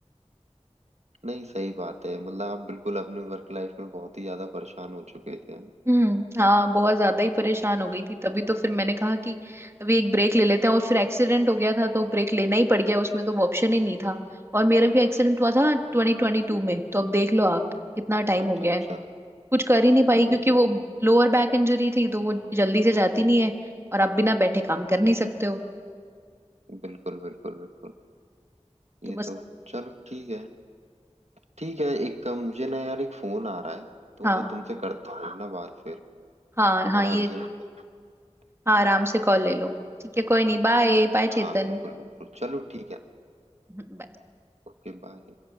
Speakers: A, on the right (about 70°); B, on the right (about 20°).
A: नहीं सही बात है मतलब आप बिल्कुल अपने वर्क लाइफ में बहुत ही ज्यादा परेशान हो चुके थे
B: हम्म हाँ बहुत ज्यादा ही परेशान हो गई थी तभी तो फिर मैंने कहा कि अभी एक ब्रेक ले लेते हैं और फिर एक्सीडेंट हो गया था तो ब्रेक लेना ही पड़ गया उसमें तो अब ऑप्शन ही नहीं था और मेरा भी एक्सीडेंट हुआ था ट्वेंटी ट्वेंटी टू में तो अब देख लो आप कितना टाइम
A: अच्छा
B: हो गया
A: अच्छा
B: है कुछ कर ही नहीं पाई
A: अरे
B: क्योंकि वो
A: रे
B: लोअर बैक इंजरी थी तो वो जल्दी से जाती नहीं है और आप बिना बैठे काम कर नहीं सकते हो
A: बिल्कुल बिल्कुल बिल्कुल ये
B: तो बस
A: तो चलो ठीक है ठीक है एक काम मुझे ना यार एक फोन आ रहा है तो
B: हाँ
A: मैं तुमसे करता हूँ ना बात फिर
B: हाँ हाँ
A: थोड़ा
B: ये
A: अर्जेंट है
B: हाँ
A: ना
B: आराम से कॉल ले लो ठीक है कोई नहीं बाय बाय चेतन
A: हाँ बिल्कुल बिल्कुल चलो ठीक है
B: <laughs>
A: Okay bye